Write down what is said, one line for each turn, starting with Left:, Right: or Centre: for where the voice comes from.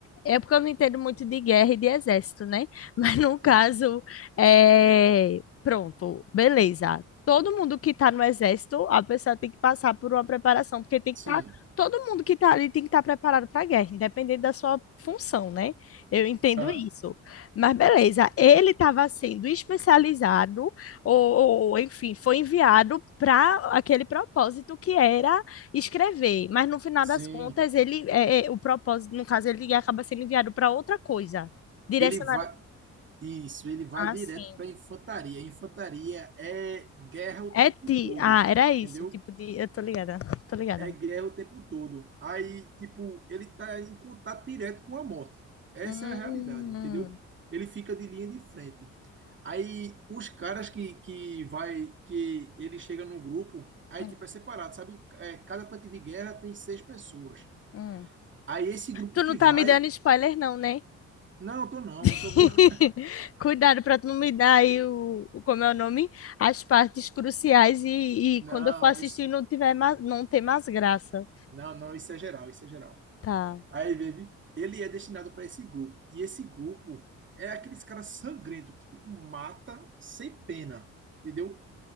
Left: é porque eu não entendo muito de guerra e de exército, né? <laughs> Mas no
Right: Sim,
Left: caso, é... pronto, beleza. Todo mundo que está no exército, a pessoa tem que passar por uma preparação, porque tem que
Right: sim,
Left: estar, todo mundo que está ali tem que estar preparado para a guerra, independente da sua função, né? Eu entendo
Right: aham,
Left: isso. Mas beleza, ele estava sendo especializado ou, ou, enfim, foi enviado para aquele propósito que era escrever, mas no final
Right: sim.
Left: das contas ele é, é, o propósito, no caso ele acaba sendo enviado para outra coisa, direcionado.
Right: Ele vai. Isso, ele vai
Left: Ah,
Right: direto
Left: sim.
Right: para a infantaria. Infantaria é guerra o tempo
Left: É ti...
Right: todo,
Left: Ah, era
Right: entendeu?
Left: isso, tipo de, eu tô ligada, tô ligada.
Right: é guerra o tempo todo. Aí, tipo, ele tá em contato direto com a morte. Essa
Left: Hum,
Right: é a realidade, entendeu? Ele fica de linha de frente. Aí os caras que, que vai, que ele chega no grupo, aí
Left: hum,
Right: tipo é separado, sabe? É, cada tanque de guerra tem seis pessoas.
Left: hum.
Right: Aí esse grupo
Left: Tu
Right: que
Left: não tá
Right: vai,
Left: me dando spoiler não, né?
Right: não, eu tô não,
Left: <laughs>
Right: eu só vou. <laughs>
Left: Cuidado pra tu não me dar aí o, o- como é o nome, as partes cruciais e,
Right: Não,
Left: e quando eu for assistir
Right: isso,
Left: não tiver mais, não tem mais graça.
Right: não, não, isso é geral, isso é geral.
Left: Tá.
Right: Aí, baby, ele é destinado para esse grupo. E esse grupo é aqueles caras sangrentos, que, tipo, mata sem pena, entendeu?